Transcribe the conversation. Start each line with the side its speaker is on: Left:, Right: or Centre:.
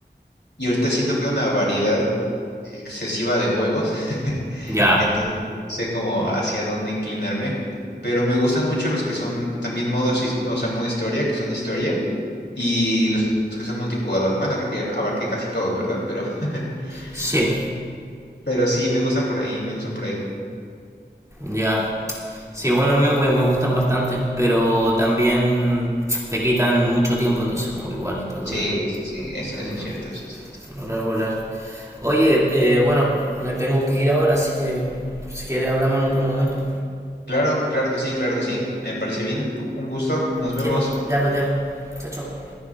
Left: Y ahorita siento que hay una variedad excesiva de juegos, <laughs>
Right: Ya,
Left: entonces no sé cómo hacia dónde inclinarme, pero me gustan mucho los que son también modos, his- o sea, modo historia, que son historia, y los los que son multijugador. Bueno, creo que abarqué casi todos, ¿verdad? Pero, <laughs>
Right: sí,
Left: pero sí, me gustan por ahí, me gustan por ahí.
Right: ya. Sí, bueno, a mí me me gustan bastante, pero también te quitan mucho tiempo, entonces como que igual trato
Left: Sí,
Right: de,
Left: sí, sí,
Right: de
Left: eso, eso es cierto, eso es cierto.
Right: regular. Oye, eh, bueno, me tengo que ir ahora, así que si quieres hablamos en otro momento.
Left: Claro, claro que sí, claro que sí, me parece bien, un gusto, nos vemos.
Right: Sí, pues, ya, pues, ya. pues. Chao, chao.